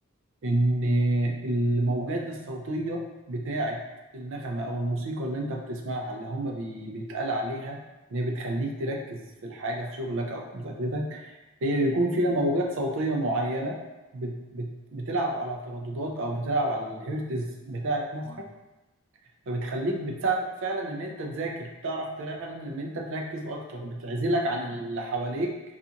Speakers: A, on the right; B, on the left.
A: ان الموجات الصوتيه بتاعه النغمه او الموسيقى اللي انت بتسمعها اللي هم بي بيتقال عليها ان هي بتخليك تركز في الحاجه في شغلك او في مذاكرتك هي بيكون فيها موجات صوتيه معينه بت بت بتلعب على ترددات او بتلعب على الهيرتز بتاعه مخك
B: امم
A: فبتخليك بتساعدك فعلا ان انت تذاكر بتعرف تلاقي فعلا ان انت تركز اكتر بتعزلك
B: مم.
A: عن
B: هم-
A: اللي حواليك